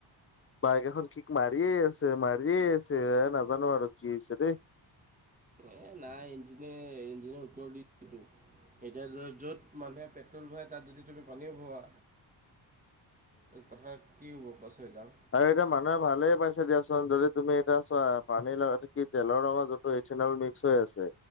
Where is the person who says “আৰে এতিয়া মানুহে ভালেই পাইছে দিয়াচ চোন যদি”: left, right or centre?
Left